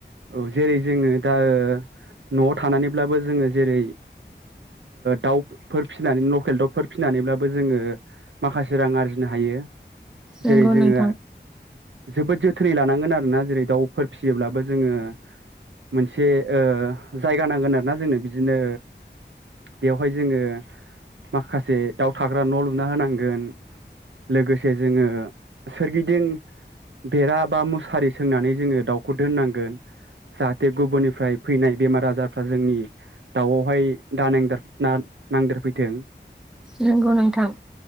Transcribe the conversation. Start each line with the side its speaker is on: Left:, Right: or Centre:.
Right: औ जेरै जोङो दा न'आव थानानैब्लाबो जोङो, जेरै दाउफोर फिसिनानै लकेल दाउफोर फिसिनानैब्लाबो जोङो माखासे रां आरजिनो हायो।
Centre: नंगौ
Right: जेरै जोङो
Centre: नोंथां
Right: जोबोद जोथोनै लानांगोन आरोना जेरै दाउफोर फिसियोब्लाबो जोङो मोनसे जायगा नांगोन आरोना जोंनो बिदिनो बेवहाय जोङो माखासे दाउ थाग्रा न' लुना होनांगोन। लोगोसे जोङो सोरगिदिं बेरा बा मुसारि सोंनानै जोङो दाउखौ दोननांगोन जाहाथे गुबुननिफ्राय फैनाय बेमार आजारफ्रा जोंनि दाउआवहाय दा नांद नांदेरफैथों
Centre: नंगौ नोंथां।